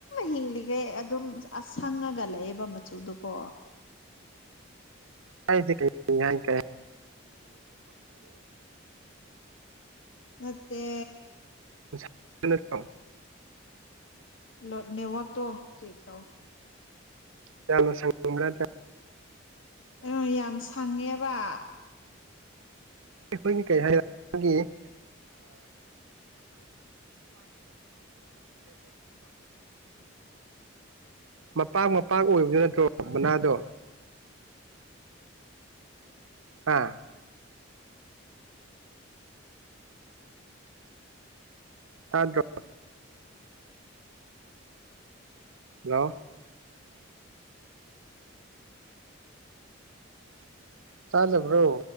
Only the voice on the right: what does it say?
ꯁꯤ ꯀ
ꯁ ꯊ
ꯆꯂ ꯁꯒ꯭ꯔ
ꯑꯩꯈꯣꯏꯒꯤ ꯀꯩ ꯍꯥꯏꯒꯤ <unintelligible> ꯃꯄꯥꯛ ꯃꯄꯥꯛ ꯑꯣꯏꯕꯗꯨ ꯅꯠꯇ꯭ꯔꯣ ꯃꯅꯥꯗꯣ ꯍꯥꯥ ꯇꯥ ꯗ꯭ꯔ ꯍꯣ ꯇꯥꯗꯕ꯭ꯔꯣ